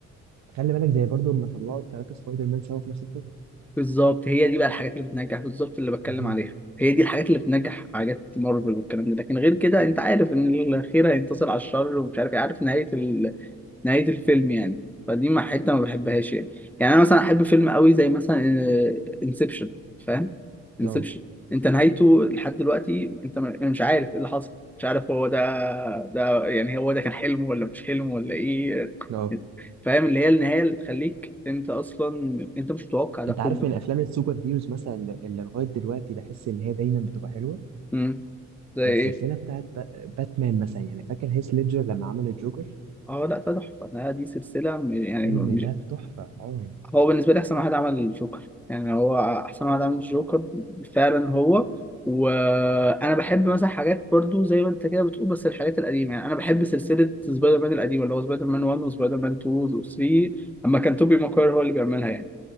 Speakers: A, on the right; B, in the centre.
A: خلي بالك زي برضو لما طلعوا الثلاثة سبايدر مان سوا في نفس الفيلم
B: بالظبط هي دي بقى الحاجات اللي بتنجح بالظبط اللي بتكلم
A: مهم.
B: عليها هي دي الحاجات اللي بتنجح حاجات مارفل والكلام ده لكن غير كده انت عارف ان الخير هينتصر على الشر ومش عارف ايه عارف نهايه نهاية الفيلم يعني فدي ما حتة ما بحبهاش يعني يعني أنا مثلا أحب فيلم قوي زي مثلا انسبشن فاهم انسبشن
A: اه
B: أنت نهايته لحد دلوقتي أنت م- مش عارف إيه اللي حصل مش عارف هو ده ده يعني هو ده كان حلم ولا مش حلم ولا إيه
A: اه
B: فاهم اللي هي النهاية اللي تخليك أنت أصلا أنت مش متوقع ده
A: انت
B: كله
A: عارف من افلام السوبر هيروز مثلا اللي اللي لغايه دلوقتي بحس ان هي دايما بتبقى حلوه
B: امم زي
A: السلسله
B: إيه؟
A: بتاعت با- باتمان مثلا يعني فاكر هيث ليدجر لما عمل الجوكر
B: اه لا ده تحفة ده دي سلسلة م-
A: الفيلم
B: يعني مش
A: ده تحفه اه
B: هو بالنسبة لي أحسن واحد عمل الجوكر يعني هو أحسن واحد عمل الجوكر فعلا هو وأنا بحب مثلا حاجات برضو زي ما أنت كده بتقول بس الحاجات القديمة يعني أنا بحب سلسلة سبايدر مان القديمة اللي هو سبايدر مان 1 وسبايدر مان 2 و 3 أما كان توبي ماكوير هو اللي بيعملها يعني